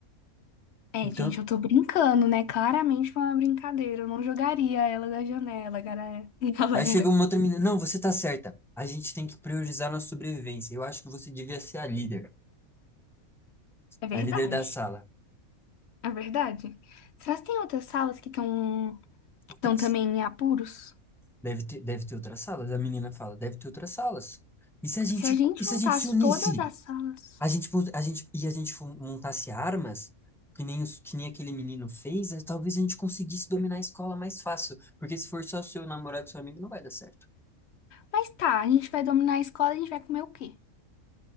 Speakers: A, on the left; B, in the centre.
A: É,
B: Então,
A: gente, eu tô brincando, né? Claramente foi uma brincadeira. Eu não jogaria ela da janela, galera. <laughs> Galera.
B: aí chega uma outra menina, não, você tá certa, a gente tem que priorizar nossa sobrevivência, eu acho que você devia ser a líder,
A: É verdade.
B: a líder da sala.
A: É verdade. Será que tem outras salas que estão que
B: Outra,
A: estão também em apuros?
B: Deve ter, deve ter outras salas. A menina fala, deve ter outras salas. E se a gente,
A: Se a gente
B: e se
A: juntasse
B: a gente se unisse?
A: todas as salas.
B: A gente, mont- a gente, e a gente fu- montasse armas, que nem, os, que nem aquele menino fez, eh, talvez a gente conseguisse dominar a escola mais fácil. Porque se for só seu namorado, seu amigo, não vai dar certo.
A: Mas tá, a gente vai dominar a escola, a gente vai comer o quê?